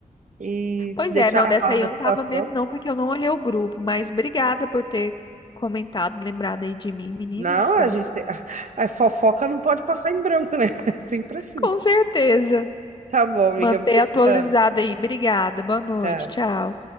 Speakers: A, on the right; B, on the left.
A: e
B: Pois
A: te deixar
B: é, não,
A: a
B: dessa
A: par
B: aí
A: da
B: eu
A: situação.
B: não tava mesmo, não, porque eu não olhei o grupo, mas obrigada por ter comentado, lembrado aí de mim, menina
A: Não,
B: do céu.
A: a gente tem... <laughs> A fofoca não pode passar em branco, né? <laughs> Sempre assim.
B: Com certeza.
A: Tá bom, amiga.
B: Manter
A: Beijão.
B: atualizado aí. Obrigada. Boa noite.
A: Tá.
B: Tchau.